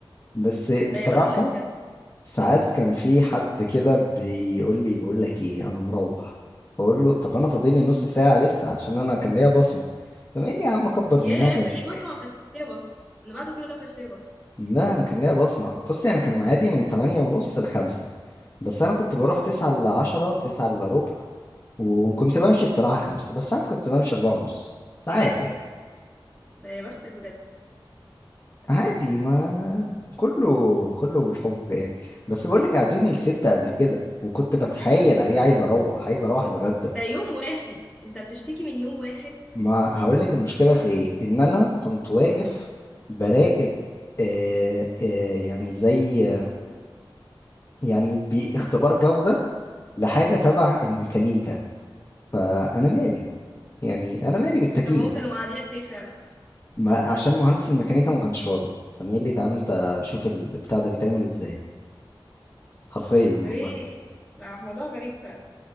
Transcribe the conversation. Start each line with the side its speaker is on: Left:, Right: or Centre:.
Left: بس بصراحه
Centre: ده يا بختك بجد
Left: ساعات كان في حد كده بيقول لي بقول لك ايه انا مروح بقول له طب انا فاضل لي نص ساعه لسه عشان انا كان ليا بصمه فقال لي يا عم كبر دماغك
Centre: ياه كان ليك بصمه ما كانش ليا بصمه من بعد كل ده ما كانش ليا بصمه
Left: لا انا كان ليا بصمه بصي انا كان معادي من 8 ونص ل 5 بس انا كنت بروح 9 ل 10 9 الا ربع وكنت بمشي الصراحه 5 بس ساعات كنت بمشي 4 ونص ساعات يعني
Centre: ده يا بختك بجد
Left: عادي ما كله كله بالحب يعني بس بقول لك قعدوني لستة قبل كده وكنت بتحايل عليه عايز اروح عايز اروح اتغدى
Centre: ده يوم واحد انت بتشتكي من يوم واحد
Left: ما هقول لك المشكله في ايه ان انا كنت واقف براقب آه آه يعني زي آه، يعني باختبار جوده لحاجه تبع الميكانيكا
Centre: مم.
Left: فانا مالي يعني انا مالي بالتكييف
Centre: طب هما كانوا مقعدينك ليه فعلا
Left: ما عشان مهندس الميكانيكا ما كانش فاضي فمين لي تعالى انت شوف البتاع ده بيتعمل ازاي حرفيا
Centre: اوكي
Left: والله
Centre: ما هو موضوع غريب فعلا